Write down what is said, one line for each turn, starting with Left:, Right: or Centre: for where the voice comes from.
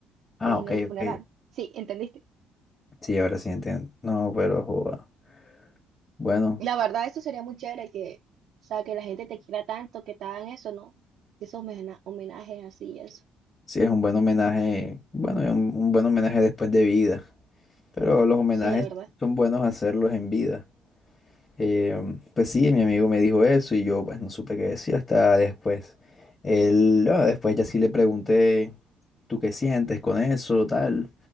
Left: Ah,
Right: en
Left: ok,
Right: el funeral.
Left: ok.
Right: Sí, ¿entendiste?
Left: Sí, ahora sí entiendo. No, pero joda. Bueno.
Right: La verdad, eso sería muy chévere que, o sea, que la gente te quiera tanto, que te hagan eso, ¿no? Esos homena- homenajes así y eso.
Left: Sí, es un buen homenaje, bueno, es un, un buen homenaje después de vida, pero los homenajes
Right: Sí, la verdad.
Left: son buenos hacerlos en vida. Eh, pues sí, mi amigo me dijo eso y yo pues no supe qué decir hasta después. Él, ah, después ya sí le pregunté, ¿tú qué sientes con eso, tal?